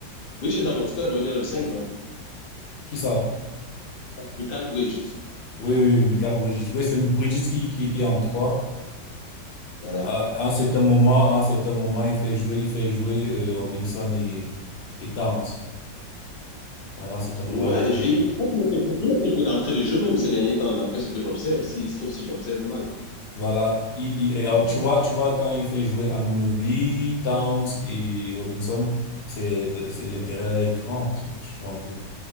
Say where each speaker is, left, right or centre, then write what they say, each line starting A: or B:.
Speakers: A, on the left (about 45°); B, on the left (about 90°).
A: Bridge est dans le roster, non? Il est dans le 5, non?
B: Qui ça?
A: Michael Bridges.
B: Oui, oui, oui, Michael Brigitte. Oui, c'est Brigitte qui, qui, qui est en trois.
A: Voilà.
B: À à un certain moment, à un certain moment, il fait jouer, il fait jouer euh, Robinson et, et Towns. Ouais, à un certain moment,
A: Ouais,
B: il les fait
A: j'ai,
B: jouer.
A: je crois qu'il a fait il a fait jouer d'entrée de jeu même ces derniers temps, d'après ce que j'observe, si, sauf si j'observe mal.
B: Voilà. Il, il-
A: Euh,
B: et, alors, tu vois, tu vois, quand il fait jouer Anunoby, Towns et Robinson, c'est, le- c'est l'intérieur là est grand. Tu, tu- tu vois un peu.